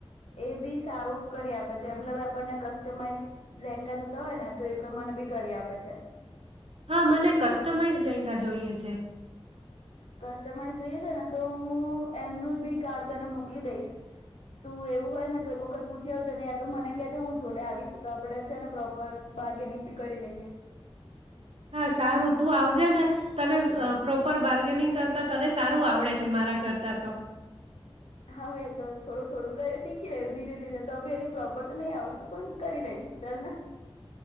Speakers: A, on the left; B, on the right.
A: એ બી સારું કરી આપે છે, મતલબ આપણને કસ્ટમાઈઝ લેંઘા જોતા હોય ને તો એ પ્રમાણે બી કરી આપે છે.
B: હા મને કસ્ટમાઈઝ લેંઘા જોઈએ છે.
A: કસ્ટમાઈઝ જોઈએ છે ને તો હું એમનું જ બી કાર્ડ તને મોકલી દઈશ. તું એવ વું હોય ને તો એક વખત પૂછી આવજે ને <inaudible> મને કે છે હું જોડે આવીશ તો આપણેે છે ને પ્રોપર બાર્ગેનિંગ બી કરી લઈએ.
B: હા, સારું તું આવજે ને તને પ્રોપર બાર્ગેનિંગ કરતા તને સારું આવડે છે. મારા કરતા તો
A: હવે તો થોડું થોડું શીખી લેું ધીરે ધીરે તો બી હજુ પ્રોપર તો નહી આવડતું પણ કરી લઈશુ ચાલને.